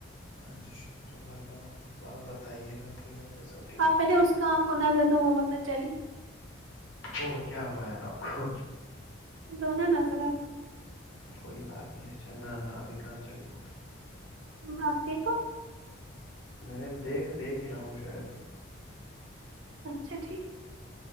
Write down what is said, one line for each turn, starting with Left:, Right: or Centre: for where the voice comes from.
Left: ہاں جی شکر اللہ کا آپ آپ بتائیے گا آپ کے گھر پہ سب ٹھیک
Right: ہاں
Left: ہے
Right: پہلے اس کام کو نظر دو وہ مت نہ چلی
Left: او کیا ہوا یار آپ کو
Right: دونوں نذرا
Left: کوئی بات نہیں اچھا نہ نہ ابھی کہاں چلی وہ
Right: ہپ بھو
Left: میں نے دیکھ دیکھ ہی رہا ہوں شاید
Right: اچھا ٹھیک